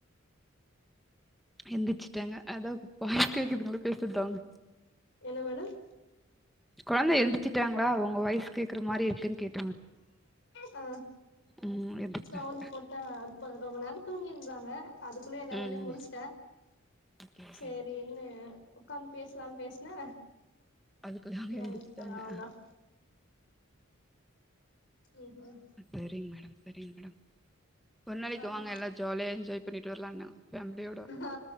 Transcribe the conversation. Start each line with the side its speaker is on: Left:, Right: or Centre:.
Centre: எந்துர்ச்சுட்டாங்க அதான் வாய்ஸ் கேக்குதுங்கள பேசுர்றது அவங்
Left: என்ன மேடம்
Centre: கொழந்த எழுந்து வச்சிட்டாளா உங்க வய்ஸ் கேக்குற மாரி <inaudible>
Left: ஆ
Centre: ம் எந்திரிச்சிட்டாங்க
Left: சவுன்டு போட்டா அது ரொம்ப நேரம் தூங்கிருந்தாங்க அதுக்குள்ளே எல்லா
Centre: ம்
Left: வேலையும் முடிச்டேன்
Centre: ம் ஓகே ஓகேங்க
Left: சரின்னு ஒக்காந்து பேசலான்னு பேஸ்ன
Centre: அதுக்குள்ள அவங்க எந்திரிச்சுட்டாங்க
Left: ஏன்ச்டாங்க அவ்ளோதா <inaudible> ம் ம்
Centre: சரிங்க மேடம் சரிங்க மேடம் பொன்னலைக்க
Left: ஆ
Centre: வாங்க எல்லாம் ஜாலியா என்ஜய்பண்ணிட்டு வரலாம் பேமிலியோட
Left: ஆ